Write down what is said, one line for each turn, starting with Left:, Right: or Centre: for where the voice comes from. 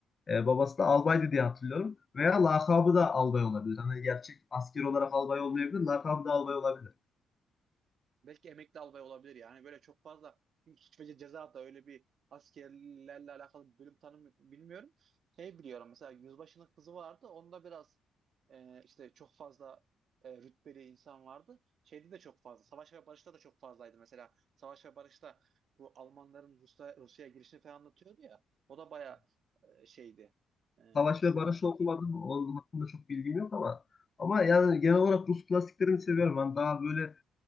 Left: Ee, babası da albaydı diye hatırlıyorum. Veya lakabı da albay olabilir. Hani gerçek asker olarak albay olmayabilir. Lakabı da albay olabilir.
Right: Belki emekli albay olabilir yani. Böyle çok fazla çünkü suç ve ceza da öyle bir askerlerle alakalı bir bölüm tanım bilmiyorum. Şey biliyorum mesela Yüzbaşı'nın kızı vardı. Onda biraz e, işte çok fazla e, rütbeli insan vardı. Şeyde de çok fazla. Savaş ve Barış'ta da çok fazlaydı. Mesela Savaş ve Barış'ta bu Almanların Rusya, Rusya'ya girişini falan anlatıyordu ya. O da bayağı e, şeydi. E,
Left: Savaş
Right: nasıl
Left: ve barış
Right: denir?
Left: okumadım. Onun hakkında çok bilgim yok ama ama yani genel olarak Rus klasiklerini seviyorum. Ben daha böyle